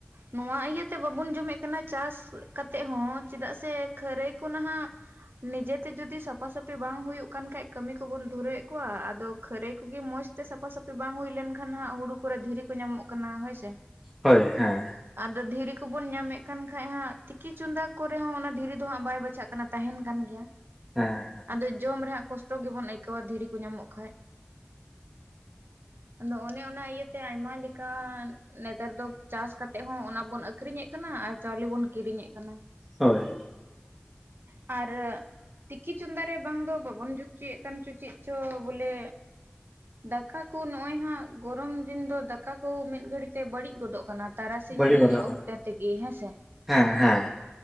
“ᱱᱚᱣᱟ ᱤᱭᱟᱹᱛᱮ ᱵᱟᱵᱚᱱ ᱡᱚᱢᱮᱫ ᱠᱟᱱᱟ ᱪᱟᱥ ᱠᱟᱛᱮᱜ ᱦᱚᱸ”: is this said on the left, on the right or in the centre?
Right